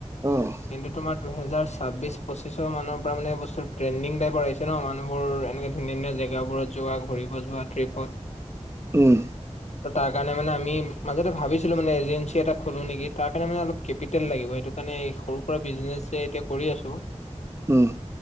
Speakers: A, on the right; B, on the left.
A: অহ'।
B: কিন্তু তোমাৰ দুহেজাৰ ছাব্বিছ পঁচিছৰ মানৰ পৰা মানে বস্তুটো ট্ৰেণ্ডিং টাইপৰ আহি ন' মানুহবোৰ এনেকে- ধুনিয়া ধুনিয়া জেগাবোৰত যোৱা ঘূৰিব যোৱা ট্ৰিপত।
A: উমঁ।
B: তাৰ কাৰণে আমি মাজতে ভাবিছিলোঁ মানে এজেঞ্চি এটা খোলো নেকি তাৰ কাৰণে মানে অলপ কেপিটেল লাগিব সেইটো- মানে এই সৰু সুৰা বিজনেচ এ এতিয়া কৰি আছোঁ।
A: উমঁ।